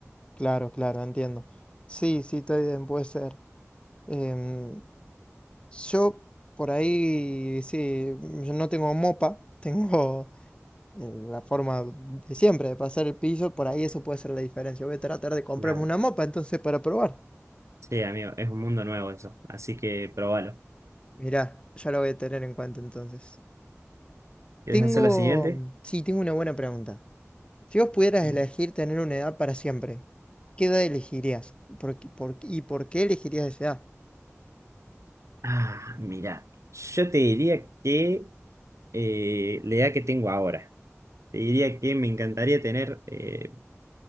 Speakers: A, on the left (about 20°); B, on the right (about 70°).
A: Claro, claro, entiendo. Sí, sí, está bien, puede ser. Em, yo por ahí, sí, yo no tengo mopa, <laughs> tengo eh, la forma de siempre de pasar el piso, por ahí eso puede ser la diferencia. Voy a tratar de comprarme
B: Claro.
A: una mopa entonces para probar.
B: Sí, amigo, es un mundo nuevo eso. Así que probalo.
A: Mirá, ya lo voy a tener en cuenta entonces.
B: ¿Quieres
A: Tengo,
B: hacer la siguiente?
A: sí, tengo una buena pregunta. Si vos pudieras
B: Bien.
A: elegir tener una edad para siempre, ¿qué edad elegirías? ¿Por, qué- por qué- y por qué elegirías esa edad?
B: Ah, mira, yo te diría que eh, la edad que tengo ahora, te diría que me encantaría tener eh,